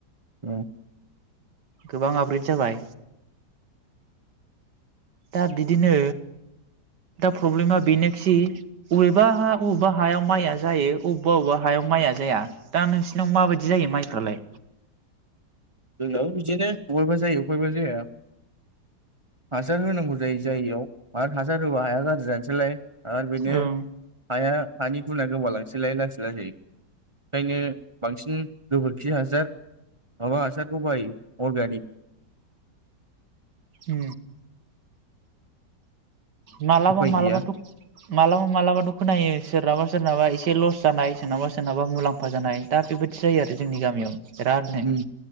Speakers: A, on the right; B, on the right.
A: औ
B: गोबां आपग्रेड जाबाय दा बिदिनो दा प्रब्लेमा बेनोखि बबेबा बबेबा हायाव माइया जायो अबेबा अबेबा हायाव माइया ज जाया दा नोंसिनाव माबायदि जायो माइफ्रालाय
A: जोंनो बिदिनो बबायबा जायो बबायबा जाया हासार होनांगौ जायो जायियाव मानो हासार होबा हाया गाज्रि जानोसैलाय आरो बेनो
B: ओं
A: हाया हानि गुना गोमालांसै लाय लासै लासै ओंखायनो बांसिन गोबोरखि हासार माबा हासार खौ बायो अर्गानिक
B: उ मालाबा
A: उफाय
B: मालाबाथ
A: गैया
B: मालाबा मालाबाथ' खोनायो सोरहाबा सोरनाबा एसे लस जानाय सोरनाबा सोरनाबा मुलाम्फा जानाय दा बेबायदि जायो आरो जोंनि गामियाव बेरादनो
A: उम